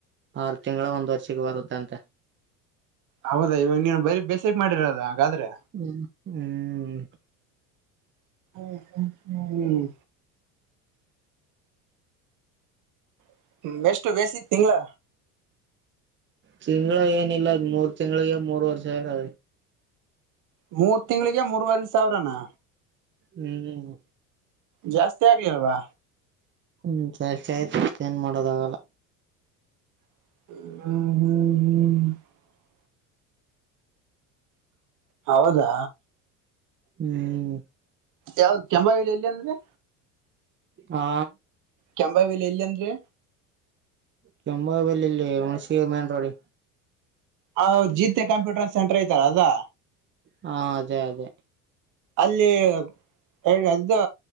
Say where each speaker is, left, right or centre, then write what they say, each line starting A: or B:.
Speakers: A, on the right; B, on the right.
A: ಆರು ತಿಂಗಳ, ಒಂದ್ ವರ್ಷಕ್ಕೆ ಬರುತ್ತಂತ.
B: ಹೌದಾ, ಇವಾಗ ನೀವು ಬರೀ ಬೇಸಕ್ ಮಾಡಿರದ ಹಾಗಾದ್ರೆ.
A: ಹ್ಮ್ ಹ್ಮ್,
B: ಹ್ಮ್, ್ <unintelligible> ಎಷ್ಟು ವೇಸ ತಿಂಗಲಾ
A: ತಿಂಗಳ ಏನ ಇಲ್ಲಮೂರ್ ತಿಂಳಿಗೆ ಮೂರ್ ವರಿ ಸಾವಿರ
B: ಮೂರ್ ತಿಂಗಳಿಗೆ ಮೂರ್ವರಿ ಸಾವಿರನಾ!,
A: ಹ್ಮ್,
B: ಜಾಸ್ತಿ ಆಗಲಿಲ್ವಾ,
A: ಹ್ಮ್, ಜಾಸ್ತಿ ಆಯ್ತು ಮತ್ ಏನ್ ಮಾಡೋದಾಗಲ್ಲ.
B: ಹ್ಮ್, ಹ್ಮ್, ಹ್ಮ್ ಹೌದಾ,
A: ಹ್ಮ್
B: ಯಾವ್ದ ಕೆಂಭಾವಿ ಎಲ್ಲಿ ಅಂದೆ
A: ಹಾ,
B: ಕೆಂಭಾಯಿಬಲ್ಲಿ ಎಲ್ಲ ಅಂದ್ರೆ
A: ಕೆಂಭಾವಿ ಬಲ್ಲಿ ಅಲ್ಲಿಹುಣಸಗಿ ಮೇನ್ ರೋಡಿ,
B: ಹ ಜೀತೆೆ ಕಂಪ್ಯೂಟರ್ ಸೆಂಟರ್ ಐತಾಲಅದಾ.
A: ಹಾ, ಅದೇ- ಅದೇ
B: ಅಲ್ಲಿ ಹೇಳಿ ಅದು